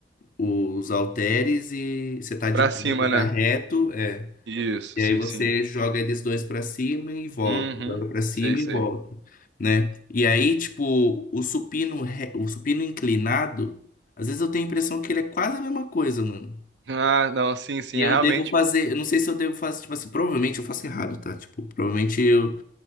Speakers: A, on the left; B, on the right.
A: os halteres e você tá de
B: pra
A: pé,
B: cima,
A: você
B: né?
A: tá reto, é.
B: Isso,
A: E
B: sim,
A: aí você
B: sim.
A: joga eles dois pra cima e volta,
B: Uhum,
A: joga pra cima
B: sei, sei.
A: e volta, né? E aí, tipo, o supino, re- o supino inclinado, às vezes eu tenho a impressão que ele é quase a mesma coisa, mano.
B: Ah, não, sim, sim,
A: E
B: é
A: eu
B: realmente.
A: devo fazer, eu não sei se eu devo fazer, tipo assim, provavelmente eu faço errado, tá? Tipo, provavelmente eu,